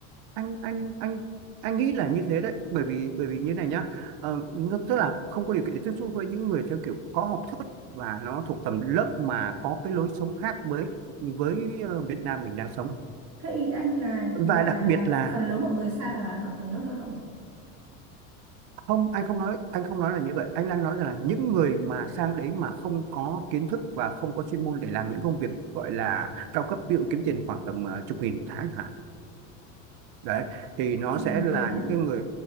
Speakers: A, on the right (about 55°); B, on the right (about 40°).
A: anh anh anh anh nghĩ là như thế đấy bởi vì bởi vì như này nhá Ờ, nó tức là không có điều kiện để tiếp xúc với những người theo kiểu có học thức và nó thuộc tầm lớp mà có cái lối sống khác với với ờ, Việt Nam mình đang sống
B: thế ý anh là
A: và
B: là
A: đặc biệt là
B: phần lớn mọi người sang là ở tầng lớp lao động à?
A: không anh không nói anh không nói là như vậy anh đang nói rằng là những người mà sang đấy mà không có kiến thức và không có chuyên môn để làm những công việc gọi là cao cấp ví dụ kiếm tiền khoảng tầm ờ, chục nghìn một tháng chẳng hạn đấy thì nó
B: chục
A: sẽ
B: nghìn một
A: là
B: tháng
A: những
B: à?
A: cái người